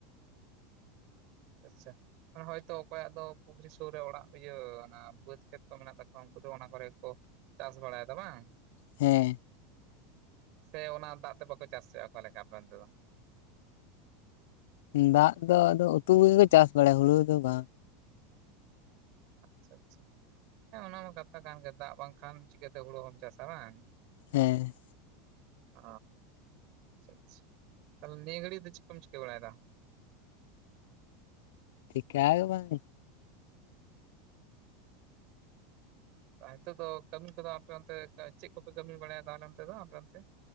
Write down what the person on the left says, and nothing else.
ᱦᱮᱸ᱾
ᱫᱟᱜ ᱫᱚ ᱟᱫᱚ ᱩᱛᱩ ᱠᱚᱜᱮ ᱠᱚ ᱪᱟᱥ ᱵᱟᱲᱟᱭᱟ ᱦᱩᱲᱩ ᱫᱚ ᱵᱟᱝ᱾
ᱦᱮᱸ
ᱴᱷᱤᱠᱟᱹ ᱜᱮ ᱵᱟᱝ?